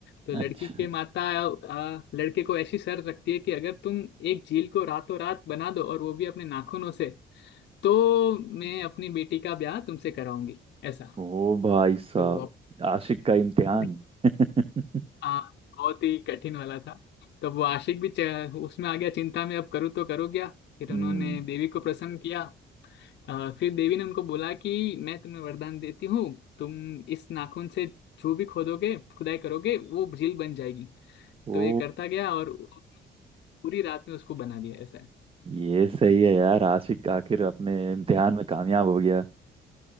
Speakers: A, on the left; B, on the right.
A: तो लड़की
B: अच्छा
A: के माता आ, लड़के को ऐसी शर्त रखती है कि अगर तुम एक झील को रातों रात बना दो और वो भी अपने नाखूनों से तो मैं अपनी बेटी का ब्याह तुमसे कराऊंगी ऐसा
B: ओ भाई साहब
A: तो अब
B: आशिक का इम्तिहान
A: <laughs>
B: <laughs>
A: हाँ बहुत ही कठिन वाला था तो वो आशिक भी च- उसमें आ गया चिंता में अब करूँ तो करूँ क्या फिर
B: हम्म
A: उन्होंने देवी को प्रसन्न किया अ, फिर देवी ने उनको बोला कि मैं तुम्हें वरदान देती हूँ तुम इस नाखून से जो भी खोदोगे खुदाई करोगे वो झील बन जाएगी
B: ओ
A: तो ये करता गया और पूरी रात में उसको बना दिया ऐसा है।
B: ये सही है यार आशिक आखिर अपने इम्तिहान में कामयाब हो गया